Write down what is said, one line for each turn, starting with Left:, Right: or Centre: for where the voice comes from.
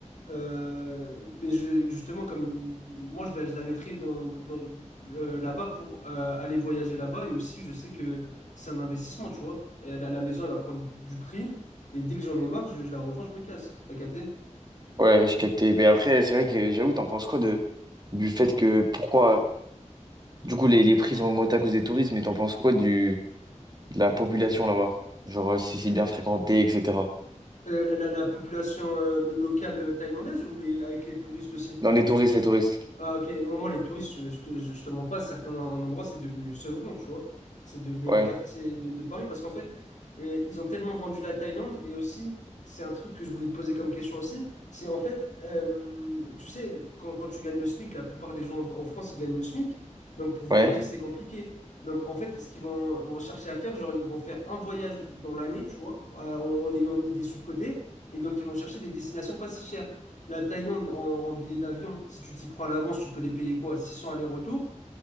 Left: Euh, mais je- justement, comme il- il- moi, je la, je la mettrais dans, dans- euh, là-bas pour euh, aller voyager là-bas. Et aussi, je sais que c'est un investissement, tu vois. Et la, la maison, elle va prendre du prix. Et dès que j'en ai marre, je, je la revends, je me casse. T'as capté?
Right: ouais, je captais. Mais après, c'est vrai que j'avoue, t'en penses quoi de du fait que pourquoi du coup les, les prix ont augmenté à cause des touristes, mais t'en penses quoi du de la population là-bas? Genre euh, si c'est bien fréquenté, etc.
Left: Euh, La, la- la population euh, lo- locale thaïlandaise ou les, avec les touristes aussi?
Right: Non, les touristes, les touristes.
Left: Ah, ok, moi, moi, les touristes, je, je te, je- je te mens pas, certains en- endroits, c'est devenu Sevron, tu vois. C'est devenu un
Right: Ouais,
Left: quartier de, de Paris parce qu'en fait, euh, ils ont tellement vendu la Thaïlande et aussi, c'est un truc que je voulais te poser comme question aussi, c'est en fait, euh, tu sais, quand, quand tu gagnes le SMIC, la plupart des gens en, en France, ils gagnent le SMIC, donc pour voyager,
Right: ouais,
Left: c'est compliqué. Donc en fait, ce qu'ils vont, vont chercher à faire, genre, ils vont faire un voyage dans l'année, tu vois, euh, en en ayant mis des sous de côté, et donc ils vont chercher des destinations pas si chères. La Thaïlande en, en billets d'avion, si tu t'y prends à l'avance, tu peux les payer quoi? 600 aller-retour.